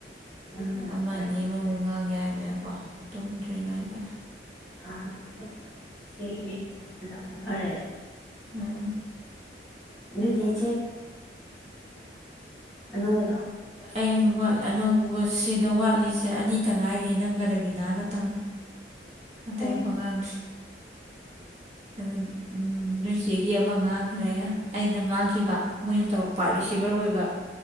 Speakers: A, in the centre; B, on the right (about 40°).
A: ꯎꯝ ꯑꯗꯨꯃꯥꯏꯅ
B: ꯑꯃ ꯑꯅꯤ
A: ꯇꯧꯔꯁꯨ
B: ꯑꯃꯃꯨꯛ
A: ꯌꯥꯏ
B: ꯉꯥꯡ ꯌꯥꯏꯗꯅꯀꯣ ꯇꯨꯝꯗ꯭ꯔꯤꯉꯩꯗ
A: ꯑ ꯑꯗꯨꯃꯥꯏꯅ ꯇꯧ ꯇꯧꯕ ꯏꯆꯦꯒꯤ ꯂꯣꯏꯁꯤꯜꯂꯕ ꯐꯔꯦ
B: ꯎꯝ
A: ꯑꯗꯨ ꯑꯅꯧꯕꯗꯣ
B: ꯑꯩ ꯋꯥ ꯅꯅꯧ ꯁꯤꯗ ꯋꯥꯠꯂꯤꯁꯦ ꯑꯅꯤꯇ ꯉꯥꯏꯔꯤꯌꯦ ꯅꯪꯒ ꯔꯕꯤꯅꯥ ꯈꯇꯪ
A: ꯑꯣ
B: ꯑꯇꯩ ꯉꯡꯗꯔꯤ ꯑꯗꯨ ꯅꯣꯏꯆꯦꯒꯤ ꯑꯃ ꯉꯥꯡꯈ꯭ꯔꯦ ꯑꯩꯅ ꯉꯥꯡꯈꯤꯕ ꯃꯣꯏꯅ ꯇꯧꯔꯛꯄ ꯔꯤꯁꯤꯕꯔ ꯑꯣꯏꯕ